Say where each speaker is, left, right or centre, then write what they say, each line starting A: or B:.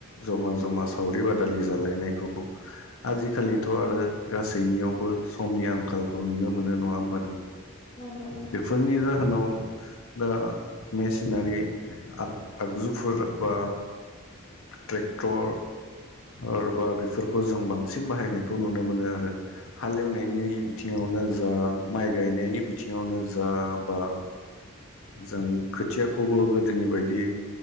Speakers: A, on the left (about 75°); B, on the left (about 25°).
A: जमा-जमा, सावरि-बादालि जालाय नायखौ । आजि-खालिथ'
B: औ
A: आरो गासैनियावबो समनि आंखालखौ नुनो मोनो नङा होमबा?
B: नंगौ नोंथां
A: बेफोरनि जाहोनाव दा मेसिनारि आग आगजुफोर बा ट्रेक्टर आरबा बेफोरखौ जों बांसिन बाहायनायखौ नुनो मोनो आरो हालेवनायनि
B: औ
A: बिथिङावनो जा माइ गायनायनि बिथिङावनो जा बा जों खोथियाखौबो गोदोनि बायदि